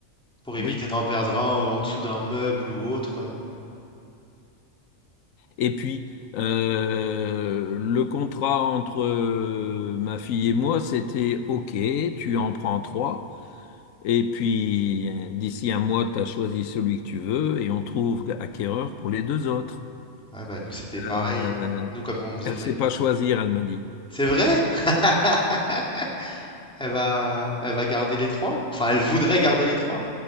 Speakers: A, in the centre; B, on the left.
A: pour éviter
B: Oui.
A: d'en perdre un euh, en dessous d'un meuble ou autre. euh.
B: Et puis euh, le contrat entre euh, ma fille et moi, c'était OK, tu en prends trois. Et puis, d'ici un mois, tu as choisi celui que tu veux et on trouve acquéreur pour les deux autres.
A: Ouais, bah nous c'était
B: Euh,
A: pareil. Nous comme on faisait
B: elle
A: famille
B: ne sait pas choisir, elle m'a dit.
A: C'est vrai? <laughs> Elle va, elle va garder les trois? Enfin, elle voudrait garder les trois?